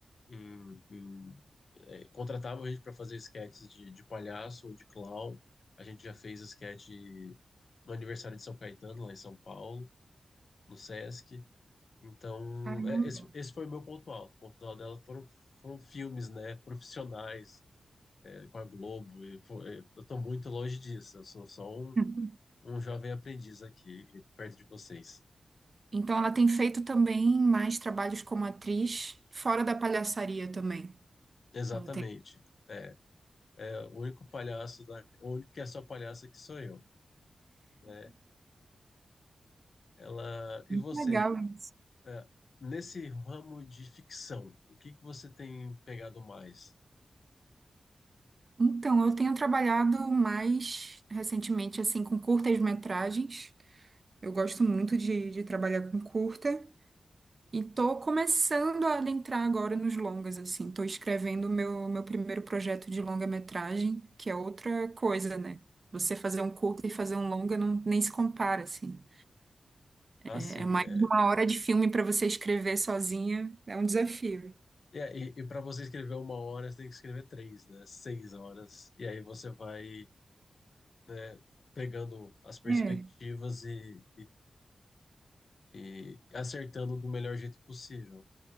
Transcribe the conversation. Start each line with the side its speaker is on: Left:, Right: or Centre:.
Left: em, em, eh, contratavam a gente para fazer esquetes de, de palhaço ou de clown, a gente já fez esquete no aniversário de São Caetano, lá em São Paulo, no Sesc, então
Right: Caramba.
Left: é, esse, esse foi o meu ponto alto, o ponto alto dela foram, foram filmes, né, profissionais, é, com a Globo. E, pô, é, eu tô muito longe disso. Eu sou só um,
Right: <laughs>
Left: um jovem aprendiz aqui, perto de vocês.
Right: Então ela tem feito também mais trabalhos como atriz, fora da palhaçaria também.
Left: Exatamente.
Right: Ela tem.
Left: É, é o único palhaço da, o único que é só palhaço que sou eu, né? Ela, e você,
Right: Legal, né?
Left: é, nesse ramo de ficção, o que que você tem pegado mais?
Right: Então, eu tenho trabalhado mais recentemente, assim, com curtas-metragens. Eu gosto muito de, de trabalhar com curta. E tô começando a adentrar agora nos longas, assim. Tô escrevendo o meu, meu primeiro projeto de longa-metragem, que é outra coisa, né? Você fazer um curta e fazer um longa não, nem se compara, assim.
Left: Assim,
Right: É mais
Left: é,
Right: de uma hora de filme para você escrever sozinha. É um desafio.
Left: é, e, e para você escrever uma hora, você tem que escrever três, né? Seis horas. E aí você vai, né, pegando as perspectivas
Right: É,
Left: e, e acertando do melhor jeito possível,